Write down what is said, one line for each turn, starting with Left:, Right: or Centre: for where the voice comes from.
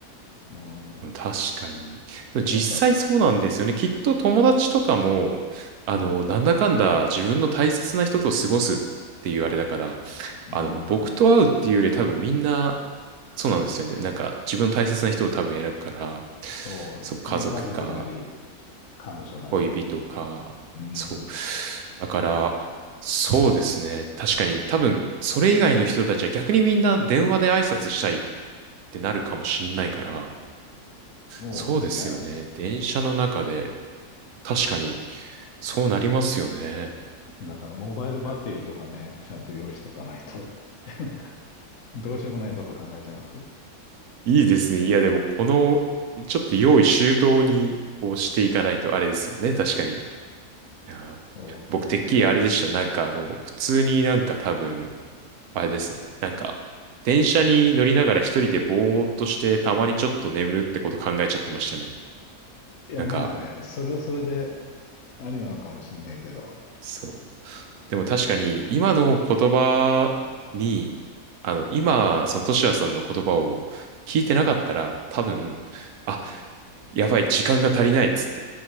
Left: うん。
Right: 確かに。でも実際そうなんですよね。
Left: だから、
Right: きっと友達とかも、あの、
Left: うん、
Right: なんだかんだ自分の大切な人と過ごすっていうあれだから、
Left: うん。
Right: あの、僕と会うっていうよりは多分みんな、そうなんですよね。なんか自分の大切な人を多分選ぶから、
Left: そうですね。
Right: そう、家族か、
Left: 家族なり、彼女なり。
Right: 恋人か、
Left: うん。
Right: そう。だから、そうですね。確かに、多分、それ以外の人たちは逆にみんな電話で挨拶したいってなるかもしんないから、
Left: そうですね。
Right: そうですよね。電車の中で、確かに、そうなりますよね。
Left: だから、モバイルバッテリーとかね、
Right: いや
Left: ちゃんと用意しとかないと。<laughs> なんかどうしようもないことを考えちゃいますけど。
Right: いいですね。いや、でも、この、ちょっと用意周到に、こうしていかないとあれですよね。確かに。いやー僕、
Left: そうですね。
Right: てっきりあれでした。なんか、あの、普通になんか多分、あれですね。なんか、電車に乗りながら一人でぼーっとして、たまにちょっと眠るってこと考えちゃってましたね。
Left: いや、
Right: なんか、
Left: まあね、それはそれでありなのかもしれないけど。
Right: そう。でも確かに、今の言葉に、あの、今、そのトシヤさんの言葉を聞いてなかったら、多分、あ、やばい、時間が足りないっつって。